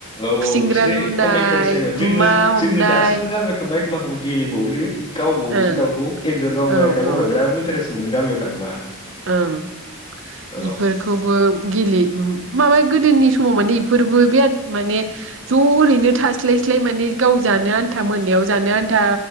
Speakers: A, on the left (about 25°); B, on the right (about 55°).
A: औ औ
B: खुसिंग्रा
A: बिसोरनो
B: लुनाय
A: कमइन्टारेस जायोमोन
B: गुमा
A: जोंनो
B: हमनाय
A: जों नो दासिमबो गामियाव थांबा एखनबा एखनबा गेलेबावसो गावबावसो
B: ओं
A: दाउखौ एन्जर गावनाय
B: औ
A: दा गावनाय
B: औ
A: बिराद इन्टारेस्ट मोनो गामियाव थांबा।
B: ओं
A: औ
B: इ खौबो गेले माबा गोदोनि समाव माने इफोरबो बिराद माने ज' ओरैनो थास्लायस्लाय माने गाव जानो आन्था मोनायाव जानो आन्था